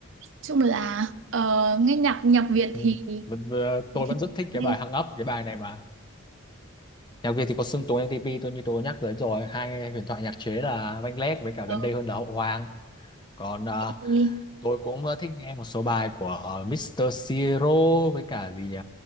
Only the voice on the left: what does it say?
Ừ.
Vẫn, vừa-
tôi vẫn
rất
thích cái
bài Hung Up cái bài này mà nhạc Việt thì có Sơn Tùng MTP tôi như tôi nhắc tới rồi hai huyền thoại nhạc chế là Vanh Leg với cả
gần đây hơn là Hậu Hoàng. còn à,
tôi cũng ờ, thích nghe một số bài của ờ, Mr. Siro với cả gì nhỉ